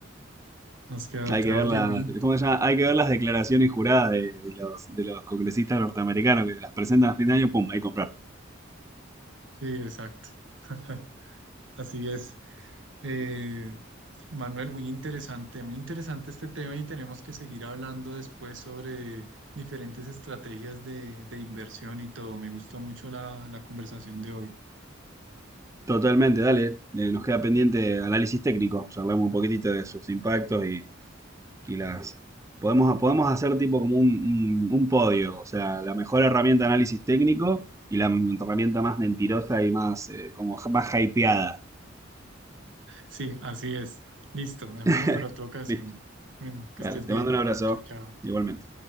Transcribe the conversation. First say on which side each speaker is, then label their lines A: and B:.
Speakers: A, on the right; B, on the right.
A: Nos queda otra.
B: Hay que ver
A: Oye,
B: las,
A: muy
B: ¿cómo se llama? Hay que ver las declaraciones juradas de, de los, de los congresistas norteamericanos que las presentan a fin de año, pum, ahí comprar.
A: Sí, exacto. <laughs> Así es. Eh, Manuel, muy interesante, muy interesante este tema y tenemos que seguir hablando después sobre diferentes estrategias de, de inversión y todo. Me gustó mucho la, la conversación de hoy.
B: Totalmente, dale. Eh, nos queda pendiente análisis técnico. Charlamos un poquitito de sus impactos y, y las... Podemos, podemos hacer tipo como un, un- un podio, o sea, la mejor herramienta de análisis técnico y la herramienta más mentirosa y más, eh, como más hypeada.
A: Sí, así es. Listo, dejémoslo
B: <laughs>
A: para otra ocasión.
B: Listo,
A: Bueno, que
B: dale.
A: estés
B: Te
A: bien.
B: mando un abrazo,
A: Chao, chao.
B: igualmente.